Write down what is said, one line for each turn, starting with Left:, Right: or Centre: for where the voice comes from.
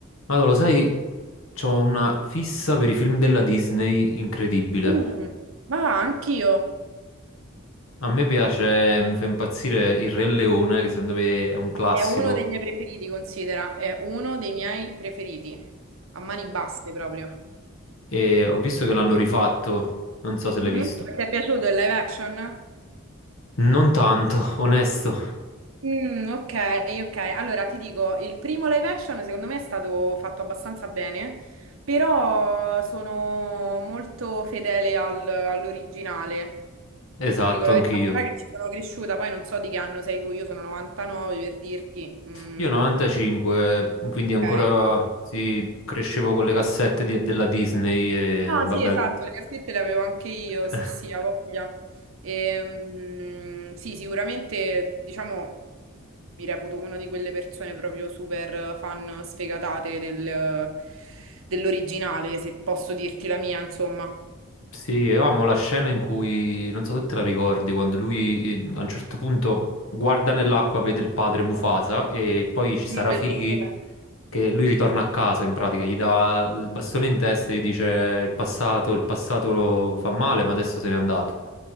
Left: Allora, lo sai, c'ho una fissa per i film della Disney incredibile.
Right: Mm, ma va, anch'io.
Left: A me piace, mi fa impazzire Il Re Leone, che secondo me è un classico,
Right: È uno dei miei preferiti, considera. È uno dei miei preferiti. A mani basse proprio.
Left: e ho visto che l'hanno rifatto, non so se l'hai
Right: Mhm.
Left: visto.
Right: Ti è piaciuto il live action?
Left: Non tanto, onesto.
Right: Mm, ok, ok. Allora ti dico, il primo live action secondo me è stato fatto abbastanza bene, però sono molto fedele al- all'originale.
Left: Esatto,
Right: Ti dico la
Left: anch'io.
Right: verità, sai che ci sono cresciuta, poi non so di che anno sei tu, io sono 99 per dirti. Mm,
Left: Io 95, quindi ancora
Right: ok.
Left: sì, crescevo con le cassette di- della Disney e
Right: No,
Left: vabbè.
Right: sì, esatto, le cassette le avevo anche io,
Left: <laughs>
Right: sì, sì, a voglia. Ehm, sì, sicuramente, diciamo, mi reputo una di quelle persone proprio super fan sfegatate del- dell'originale, se posso dirti la mia, insomma.
Left: Sì, io amo la scena in cui, non so se te la ricordi, quando lui eh, a un certo punto guarda nell'acqua, vede il padre Mufasa e poi ci sarà
Right: Sì, bellissima.
Left: Fighi che lui ritorna a casa in pratica, gli dà il bastone in testa e gli dice il passato, il passato fa male, ma adesso se n'è andato.